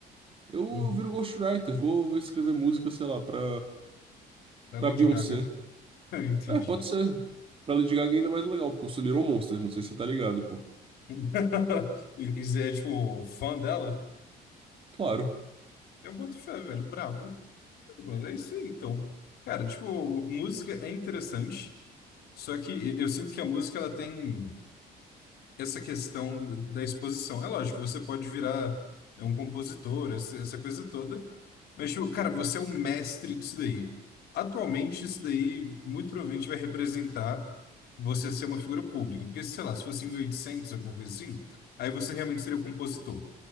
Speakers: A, on the right; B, on the left.
A: Eu,
B: Uhum.
A: eu viro ghostwriter, vou, vou escrever música, sei lá, pra,
B: Da
A: pra
B: Lady
A: Beyoncé.
B: Gaga, <laughs> eu entendi.
A: É, pode ser. Pra Lady Gaga é ainda mais legal, porque eu sou Little Monster, não sei se você tá ligado, pô.
B: <laughs> E, e você é, tipo, fã dela?
A: Claro.
B: Eu boto fé, velho, brabo. Mano, é isso aí, então. Cara, tipo, música é interessante, só que eu sinto que a música, ela tem. essa questão da exposição. É lógico, você pode virar né, um compositor, essa, essa coisa toda, mas, tipo, cara, você é um mestre disso daí. Atualmente, isso daí muito provavelmente vai representar você ser uma figura pública, porque, sei lá, se fosse em 1800 alguma coisa assim, aí você realmente seria o compositor.